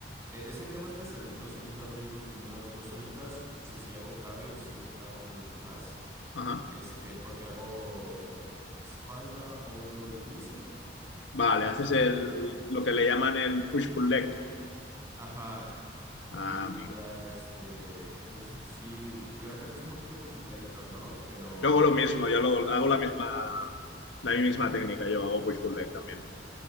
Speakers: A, on the right (about 15°); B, on the left (about 85°).
A: eh, es el día más pesadito, sí me tardo yo creo que como unas dos horitas, y si hago cardio, sí me tardo mucho más.
B: ajá.
A: Este, porque hago espalda, hombro y tríceps
B: Vale,
A: los
B: haces el,
A: miércoles.
B: lo que le llaman el push-pull leg,
A: Ajá.
B: Ah,
A: Y
B: amigo.
A: ya, este, entonces, pues sí, de repente es un poquito complicadito, ¿no? Pero,
B: Yo hago lo mismo, yo lo- hago la misma, la misma técnica, yo hago push pull leg también.